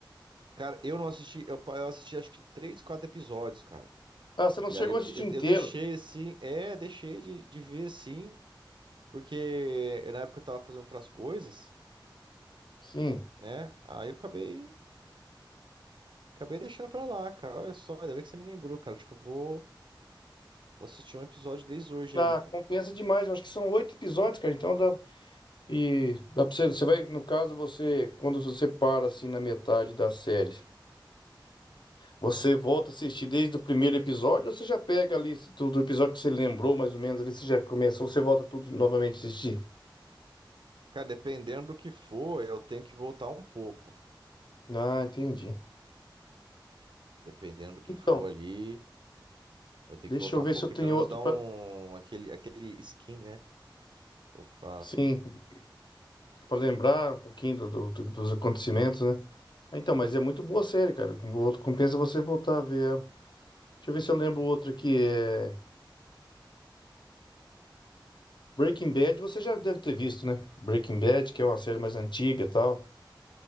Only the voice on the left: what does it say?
Ah, você não
chegou
a
assistir
inteiro.
Sim.
Ah,
compensa demais. Eu acho que são oito episódios, cara. Então dá. E dá pra você, você vai, no caso, você, quando você para assim na metade da série, você volta a assistir desde o primeiro episódio, ou você já pega ali se tu- do episódio que você lembrou, mais ou menos, ali você já começou, você volta tudo novamente a assistir.
Ah, entendi.
Então,
deixa
eu
ver
se eu tenho
outro
pra.
Sim. Pra lembrar um pouquinho do- do- do- dos acontecimentos, né? Ah, Então, mas é muito boa a série, cara. Com- outro- Compensa você voltar a ver ela. Deixa eu ver se eu lembro outro aqui. É... Breaking Bad, você já deve ter visto, né? Breaking Bad, que é uma série mais antiga e tal.